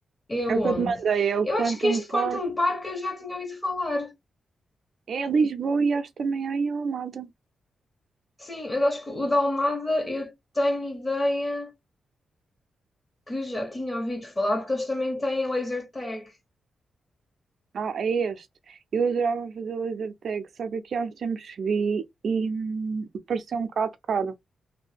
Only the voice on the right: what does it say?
É o
que eu te mandei, é o
Quantum
Park.
É em Lisboa e acho também há em Almada.
Ah, é este. Eu adorava fazer laser tag, só que aqui há uns tempos vi e hum, pareceu um bocado caro.